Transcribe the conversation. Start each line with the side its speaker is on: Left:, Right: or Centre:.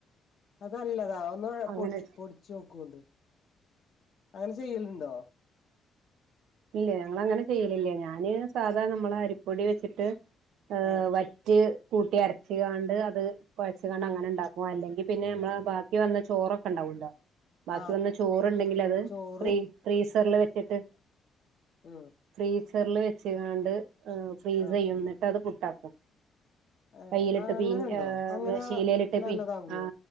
Left: അതല്ലതാ ഒന്ന്
Right: അങ്ങനെ
Left: പൊ പൊടിച്ചേക്കോണ്ട് അങ്ങനെ ചെയ്യലുണ്ടോ
Right: ഇല്ലെ ഞാനങ്നെ ചെയ്യലില്ലേ ഞാന് സാധാ നമ്മള അരിപ്പൊടി വെച്ചിട്ട് ആവറ്റ്
Left: ആഹ്
Right: കൂട്ടി അരച്ചുകാണ്ട് അത് കൊയച്ച് കണ്ട അങ്ങനെ ഉണ്ടാക്കും അല്ലെങ്കിൽ പിന്നെ നമ്മള് ബാക്കി വന്ന ചോറൊക്കെ ണ്ടാകുവല്ലൊ ഉണ്ടാവല്ലോ ബാക്കി
Left: ആഹ്
Right: വന്ന ചോറുണ്ടെങ്കിൽ അത്
Left: ചോറ്
Right: ഫ ഫ്രീസറിില് വെച്ചിട്ട്
Left: ആ
Right: ഫ്രീസറിൽ വെച്ച് കാണ്ട് ഫ്രീസ്
Left: ആഹ്
Right: ചെയ്യുന്നിട്ട് അത ഫുഡാക്കും
Left: ഏഹ്
Right: കയ്യിലിട്ട്
Left: ആഹ്
Right: പി
Left: അങ്ങനെണ്ടോ അങ്ങനെ
Right: ശീലയിലിട്ട്പ്പ
Left: നല്ലതാകുവോ
Right: ആ